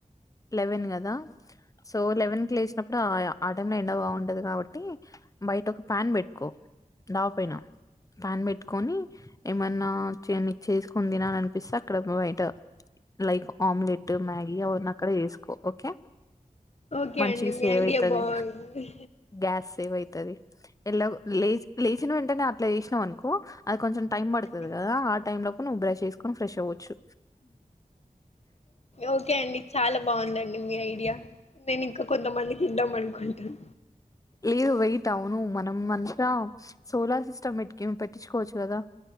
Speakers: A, on the left; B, on the left.
A: లెవెన్ కదా సో లెవెన్ కి లేచినప్పుడు ఆ టైమ్ లో ఎండా బాగుంటది కాబట్టి బయట ఒక ప్యాన్ పెట్టుకో, డాబపైన ప్యాన్ పెట్టుకొని ఏమన్నా చే నీకు చేసుకొని తినాల అనిపిస్తే అక్కడ బయట లైక్ ఆమ్లెట్ మ్యాగీ అవన్నీ అక్కడ వేసుకో ఓకే
B: ఓకే
A: మంచిగ
B: అండి మీ
A: సేవ్
B: ఐడియా
A: అయితది
B: బాగుంది
A: గ్యాస్ సేవుతది ఎలాగో లేచి లేచిన వెంటనే అట్లా చేసినావ్ అనుకో అది కొంచెం టైం
B: అవునండి
A: పడుతది కదా ఆ టై లోపు నువ్వు బ్రెష్ చేసుకొని ఫ్రెష్ అవ్వొచ్చు
B: ఓకే అండి చాలా బాగుందండి మీ ఐడియా నేను ఇంకా కొంతమందికి ఇద్దాం అను కుంటాన్
A: లేదు వెయిట్ అవును మనం మంచిగా సోలార్ సిస్టమ్ మట్కేమి పెట్టిచ్చుకోవచ్చు కదా.